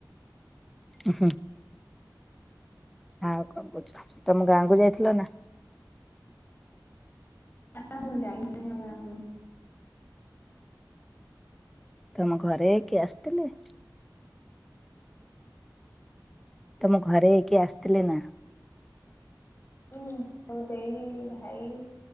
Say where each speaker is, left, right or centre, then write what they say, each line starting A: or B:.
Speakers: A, in the centre; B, on the left.
A: ହଁ। ଆଉ କଣ କରୁଛ ତମେ ଗାଁ କୁ ଯାଇଥିଲ ନା?
B: ନା ମୁଁ ଯାଇନି। ଆଉ ଗାଁକୁ
A: ତମ ଘରେ କିଏ ଆସିଥିଲେ? ତମ ଘରେ କିଏ ଆସିଥିଲେ ନା?
B: ହଁ ତୋ ଦେଇ ଭାଇ